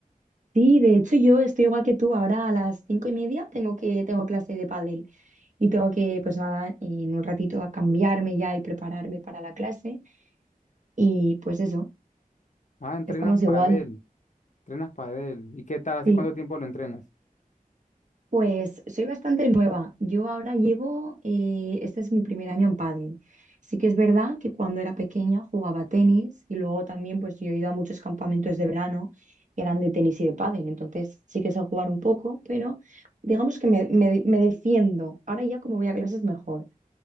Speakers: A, on the right; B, on the left.
A: Sí, de hecho yo estoy igual que tú. Ahora a las cinco y media tengo que tengo clase de pádel y tengo que, pues nada, en un ratito a cambiarme ya y prepararme para la clase. Y pues eso,
B: Ah, entrenas
A: estamos igual.
B: padel, entrenas padel. ¿Y qué tal? ¿Hace
A: Sí.
B: cuánto tiempo lo entrenas?
A: Pues soy bastante nueva. Yo ahora llevo, eh, este es mi primer año en pádel. Sí que es verdad que cuando era pequeña jugaba tenis y luego también pues yo he ido a muchos campamentos de verano que eran de tenis y de pádel. Entonces sí que sé jugar un poco, pero digamos que me, me- me defiendo. Ahora ya como voy a clases mejor,